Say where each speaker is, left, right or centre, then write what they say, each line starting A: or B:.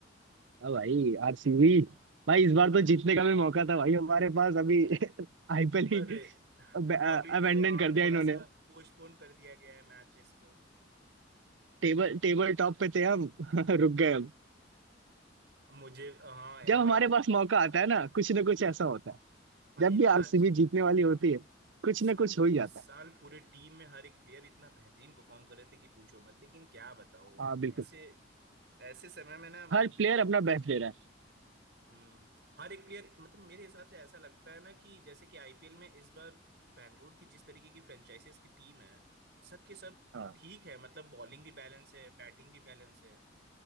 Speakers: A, on the right; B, on the right.
A: आ भाई आरसीबी भाई इस बार तो जीतने का भी मौका था भाई हमारे पास अभी <laughs> आईपीएल
B: अरे
A: ही अबेंडन
B: अभी तो हाँ
A: कर दिया
B: थोड़ा
A: इन्होंने
B: सा पोस्टपोन कर दिया गया है मैचेस को
A: टेबल टेबल टॉप पे थे हम <laughs> रुक गए हम
B: मुझे हाँ यार
A: जब हमारे पास मौका आता है ना कुछ ना कुछ ऐसा होता है
B: भाई
A: जब
B: इतना
A: भी आरसीबी
B: अच्छा
A: जीतने वाली होती है कुछ
B: इस
A: ना
B: साल
A: कुछ हो ही जाता
B: इस
A: है
B: साल पूरे टीम में हर एक प्लेयर इतना बेहतरीन परफॉर्म कर रहे थे कि पूछो मत लेकिन क्या बताओ
A: हाँ बिल्कुल
B: ऐसे ऐसे समय में ना
A: हर प्लेयर अपना बेस्ट दे रहा है
B: हम्म हर एक प्लेयर मतलब मेरे हिसाब से ऐसा लगता है ना कि जैसे कि आईपीएल में इस बार बैंगलोर की जिस तरीके की फ्रेंचाइजीज की टीम है सबके सब
A: हाँ
B: ठीक है मतलब बॉलिंग भी बैलेंस है बैटिंग भी बैलेंस है